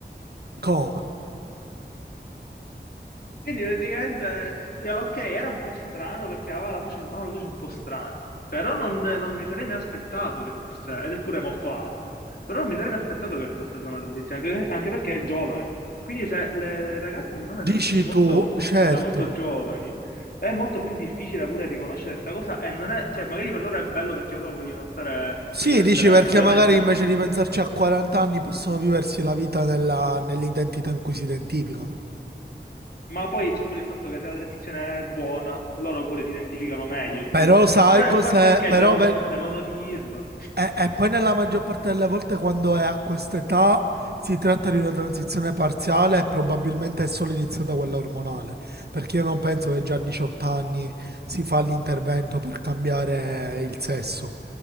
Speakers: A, on the right (about 60°); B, on the left (about 55°).
A: Come?
B: Quindi praticamente, eh, ok, era un po' strano perché aveva la voce, aveva la voce un po' strana, però non, non mi sarei mai aspettato che fosse, ed è pure molto alta, però non mi sarei mai aspettato che fosse stata una transizione, anche, anche perché è giovane. Quindi se le ragazze si fanno le transizioni
A: Dici
B: molto,
A: tu, certo.
B: da molto giovani, è molto più difficile pure riconoscere questa cosa e non è, cioè magari per loro è bello perché loro vogliono stare,
A: Sì,
B: vogliono
A: dici
B: essere,
A: perché
B: ovviamente
A: magari invece di pensarci a 40 anni possono viversi la vita nella- nell'identità in cui si identificano.
B: Ma poi c'è pure il fatto che se la transizione è buona, loro pure si identificano meglio, capito?
A: Però sai
B: Però
A: cos'è?
B: il fatto è che
A: Però
B: devono,
A: ve-
B: devono dirlo.
A: E, e poi nella maggior parte delle volte quando è a quest'età si tratta di una transizione parziale e probabilmente è solo iniziata quella ormonale, perché io non penso che già a 18 anni si fa l'intervento per cambiare il sesso.